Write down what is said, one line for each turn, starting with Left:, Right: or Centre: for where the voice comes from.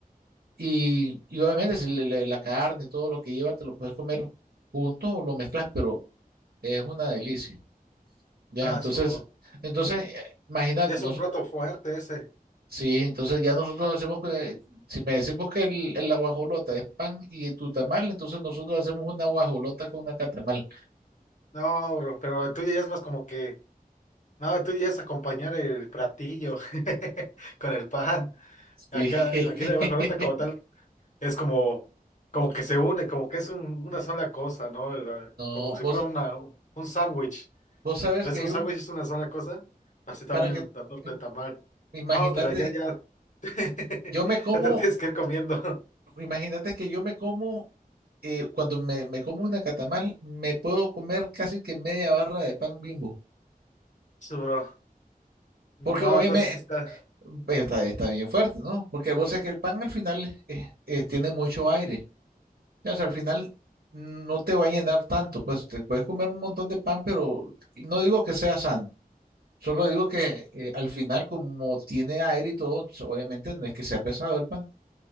Right: y, y obviamente si le- le- la carne y todo lo que lleva te lo puedes comer junto o lo mezclas, pero es una delicia. Ya,
Left: Ah,
Right: entonces,
Left: su, bro.
Right: entonces, eh, imagínate,
Left: Ya es un plato fuerte ese.
Right: Sí, entonces ya nosotros hacemos, que- si me decimos que el, el- la guajolota es pan y tu tamal, entonces nosotros hacemos una guajolota con una catamal.
Left: No, bro, pero el tuyo ya es más como que, no, el tuyo ya es acompañar el platillo <laughs> con el pan.
Right: Sí.
Left: Acá,
Right: <laughs>
Left: aquí la guajolota como tal, es como, como que se une, como que es un- una sola cosa, ¿no? La-
Right: No,
Left: como si
Right: vos,
Left: fuera una, un sándwich.
Right: vos sabes
Left: ¿Ves
Right: que
Left: un
Right: yo,
Left: sándwich
Right: me-
Left: es una sola cosa? Así también
Right: para que,
Left: la torta
Right: im-
Left: de tamal.
Right: imagínate,
Left: No, pero ya, ya. <laughs>
Right: yo me como,
Left: Ya te lo tienes que ir comiendo.
Right: imagínate que yo me como, eh, cuando me, me como una catamal, me puedo comer casi que media barra de pan Bimbo.
Left: Sí, bro. No,
Right: Porque obviamente
Left: entonces sí está.
Right: eh, está, está bien fuerte, ¿no? Porque vos sabés que el pan al final eh, eh, tiene mucho aire. Ya, o sea, al final no te va a llenar tanto, pues te puedes comer un montón de pan, pero no digo que sea sano, solo digo que eh, al final como tiene aire y todo, pues, obviamente no es que sea pesado el pan.